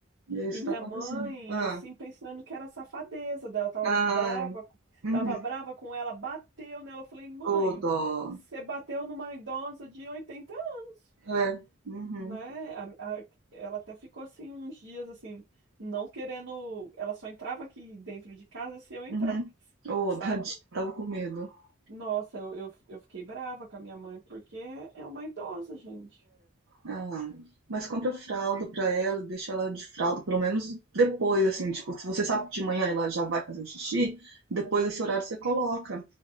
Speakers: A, on the right; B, on the right.
A: E é isso
B: E
A: que
B: minha
A: tá acontecendo.
B: mãe,
A: Ah,
B: assim, pensando que era safadeza dela, tava
A: ah,
B: brava,
A: uhum.
B: tava brava com ela, bateu nela. Eu falei, mãe,
A: Ô, dó.
B: você bateu numa idosa de 80 anos,
A: É, uhum,
B: né? A- a- ela até ficou assim uns dias assim, não querendo. Ela só entrava aqui dentro de casa se eu entrasse,
A: uhum.
B: <laughs>
A: Ô,
B: sabe?
A: tadinha, tava com medo.
B: Nossa, eu, eu, eu fiquei brava com a minha mãe, porque é uma idosa, gente.
A: Ah, mas compra fralda pra ela, deixa ela de fralda, pelo menos depois, assim, tipo, se você sabe que de manhã ela já vai fazer o xixi, depois desse horário você coloca,